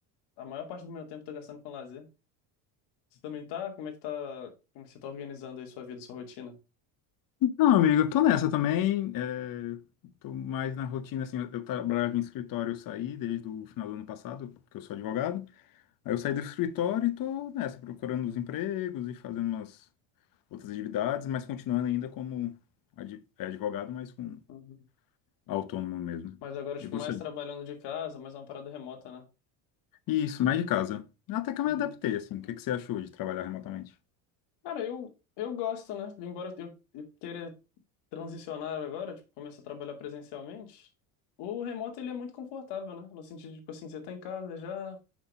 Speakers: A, on the left; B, on the left.
A: A maior parte do meu tempo eu tô gastando com lazer. Você também tá? Como é que tá? Como é que você tá organizando aí sua vida, sua rotina?
B: Então, amigo, eu tô nessa também. É... Tô mais na rotina, assim, eu, eu trabalhava em escritório, eu saí desde o final do ano passado, porque eu sou advogado. Aí eu saí do escritório e tô nessa, procurando os empregos e fazendo umas outras atividades, mas continuando ainda como ad- é, advogado, mas com
A: Uhum.
B: autônomo mesmo.
A: Mas agora, tipo,
B: E você?
A: mais trabalhando de casa, mais uma parada remota, né?
B: Isso, mais de casa. Até que eu
A: Uhum.
B: me adaptei, assim. O que que você achou de trabalhar remotamente?
A: Cara, eu, eu gosto, né? Embora eu, eu queira transicionar agora, tipo, começar a trabalhar presencialmente, o remoto, ele é muito confortável, né? No sentido de, tipo assim, você tá em casa já,